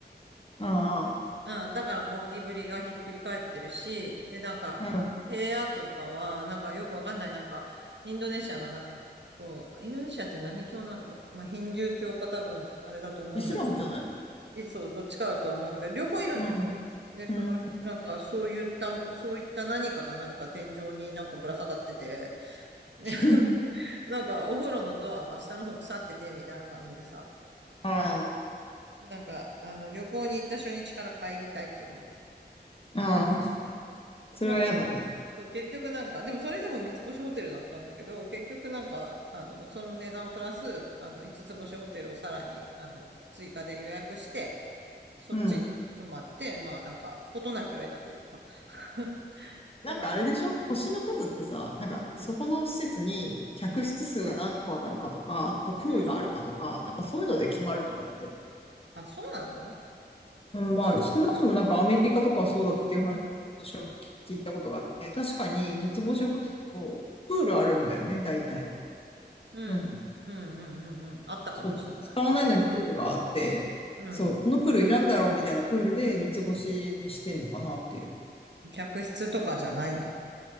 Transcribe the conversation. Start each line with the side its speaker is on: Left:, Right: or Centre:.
Left: あ、
Right: うん、だからゴキブリがひっくり返ってるし、で、なんか、
Left: う
Right: 部屋とかは、なんかよくわかんない、なんか、インドネシアのなんか、こう、インドネシアって何教なんだろう。まあ、ヒンドゥー教か多分、あれだと思うんだけど、
Left: ん。イスラムじゃない
Right: いそう、どっちかだとは思うんだけど、両方いるんだよ。
Left: うん、
Right: で、その、
Left: うん。
Right: なんか、そういった、そういった何かが何か天井になんかぶら下がってて、ね
Left: <laughs>
Right: <laughs> なんか、お風呂のドアは下の方腐ってて、みたいな感じでさ、
Left: あ
Right: なんか、あの、旅行に行った初日から帰りたいって思って
Left: あ、ああ、それはやだね。
Right: まあ、け、そう結局なんか、でもそれでも三つ星ホテルだったんだけど、結局なんか、あの、その値段プラス、あの、五つ星ホテルをさらに、あの、追加で予約して、そっちに泊まって、
Left: うん。
Right: まあなんか、事なきを得たというか。<laughs> だからなんか、
Left: なんかあれでしょ星の数ってさ、なんかそこの施設に客室数が何個あるかとか、
Right: うん、
Left: あとプールがあるかとか、
Right: うん。
Left: なんかそういうので決まるとかって
Right: あ、そうなの
Left: うん、
Right: あ、
Left: まあ、
Right: そうなの
Left: 少なくともなんかアメリカとかはそうだっていう話を聞いたことがあって、三つ星ホテルとプールあるんだよね、
Right: うん、
Left: 大体。
Right: うん、
Left: うん。
Right: うん、うん、うん、うん。あったかもしれない、
Left: そう。使わないのにプールがあって、
Right: そこ。うん。
Left: そう、このプールいらんだろうみたいなプールで三つ星にしてんのかなっていう。
Right: 客室とかじゃないんだ。